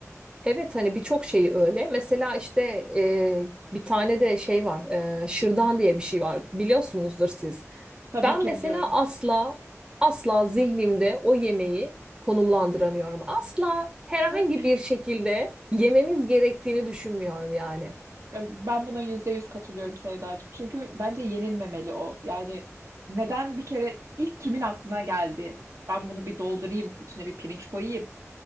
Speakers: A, on the right (about 15°); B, on the right (about 70°).
A: Evet hani birçok şeyi öyle. Mesela işte e, bir tane de şey var. e, şırdan diye bir şey var. Biliyorsunuzdur siz.
B: Tabii
A: Ben
B: ki
A: mesela
B: biliyorum.
A: asla asla zihnimde o yemeği konumlandıramıyorum. Asla herhangi
B: <laughs>
A: bir şekilde yememiz gerektiğini düşünmüyorum yani.
B: Ben buna yüzde yüz katılıyorum Sevdacığım. Çünkü bence yenilmemeli o. Yani neden bir kere ilk kimin aklına geldi? Ben bunu bir doldurayım, içine bir pirinç koyayım.